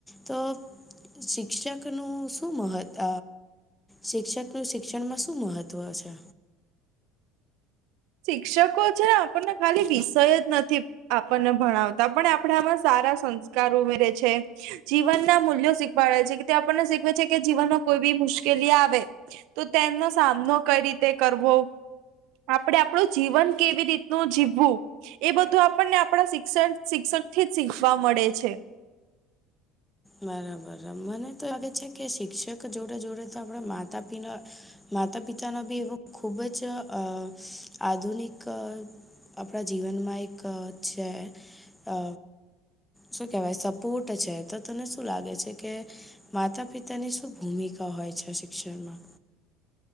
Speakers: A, in the centre; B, on the right (about 65°).
A: તો. શિક્ષકનું શું મહત્વ? શિક્ષકનું શિક્ષણમાં શું મહત્ત્વ છે?
B: શિક્ષકો છે ને, આપણને ખાલી વિષય જ નથી. આપણને ભણાવતા પણ આપણા આમાં સારા સંસ્કાર ઉમેરે છે. જીવનના મૂલ્યો શીખવાડે છે કે તે આપણને શીખવે છે કે જીવનમાં કોઈ બી મુશ્કેલી આવે. તો તેમનો સામનો કઈ રીતે કરવો? આપણે આપણું જીવન કેવી રીતનું જીવવું. એ બધું આપણને આપણા શિક્ષણ શિક્ષક થી જ શીખવા મળે છે.
A: બરાબર મને તો લાગે છે કે શિક્ષક જોડે જોડે તો આપણા માતા પિના માતા પિતાનો બી એવો ખૂબ જ અ આધુનિક આપણા જીવનમાં એક છે. અ શું કેહેવાય સપોર્ટ છે. તો તને શું લાગે છે કે માતા પિતાની શું ભૂમિકા હોય છે શિક્ષણમાં?